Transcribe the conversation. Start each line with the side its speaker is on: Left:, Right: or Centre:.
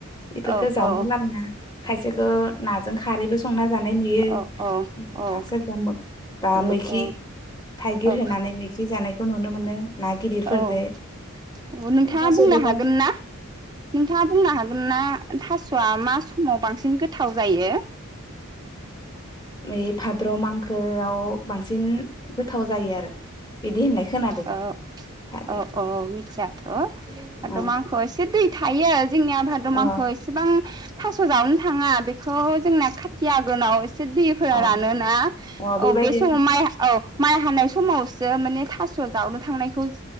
Left: बेफोरखौ
Right: औ
Left: जावना
Right: औ
Left: लाबोना खायसेखौ नाजों खारैबो संना जानाय नुयो
Right: औ
Left: सोरबा
Right: औ
Left: ना सोरबा मो बा मैखि
Right: औ
Left: थाइगिर
Right: औ
Left: होनानै मिजि जा जानायखौ नुनो मोनो ना गिदिरफोरदो
Right: औ नोंथाङा
Left: थास'
Right: बुंनो
Left: बिबारजों
Right: हागोन ना नोंथाङा बुंनो हागोन ना थास'आ मा समाव बांसिन गोथाव जायो
Left: बै भाद्र' मांखोआव बांसिन गोथाव जायो आरो बिदि होननाय खोनादों
Right: औ
Left: भाद्र'
Right: औ औ मिथिया थ' भाद्र
Left: अ
Right: मांखोआव एसे दै थायो जोंनिया भाद्र
Left: अ
Right: मांखोआव एसेबां थास' जावनो थाङा बेखौ जोंना खाथि आगोनाव एसे दैफोरा
Left: अ
Right: रानोना
Left: अ बेबायदि
Right: औ बे समाव माइ औ माइ हानाय समावसो माने थास' थास' जावनो थांनायखौ